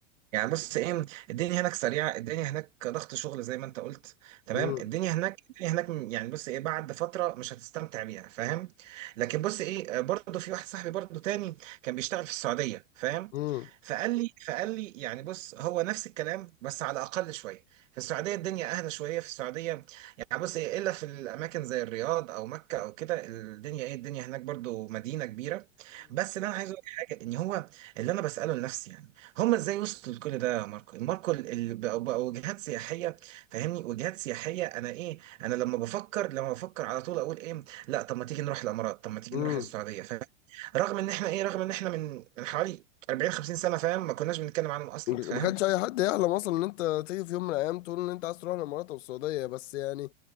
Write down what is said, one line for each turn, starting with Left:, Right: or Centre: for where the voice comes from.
Right: يعني بص ايه الدنيا هناك سريعه الدنيا هناك ضغط شغل زي ما انت قلت تمام
Left: امم
Right: الدنيا هناك الدنيا هناك م- يعني بص ايه بعد فتره مش هتستمتع بيها فاهم لكن بص ايه آه، برضه في واحد صاحبي برضه تاني كان بيشتغل في السعوديه فاهم
Left: امم
Right: فقال لي فقال لي يعني بص هو نفس الكلام بس على اقل شويه في السعوديه الدنيا اهدى شويه في السعوديه يعني بص ايه الا في الاماكن زي الرياض او مكه او كده الدنيا ايه الدنيا هناك برضه مدينه كبيره بس اللي انا عايز اقول لك حاجه ان هو اللي انا بساله لنفسي يعني هما ازاي وصلوا لكل ده يا ماركو ماركو ال- ال- بقوا بقوا وجهات سياحيه فاهمني وجهات سياحيه انا ايه انا لما بفكر لما بفكر على طول اقول ايه لا طب ما تيجي نروح الامارات طب ما تيجي
Left: امم
Right: نروح السعوديه فاهم رغم ان احنا ايه رغم ان احنا من من حوالي 40 50 سنه فاهم ما كناش بنتكلم عنهم اصلا
Left: ما
Right: فاهم
Left: كانش اي حد يحلم اصلا ان انت تيجي في يوم من الايام تقول ان انت عايز تروح الامارات او السعوديه بس يعني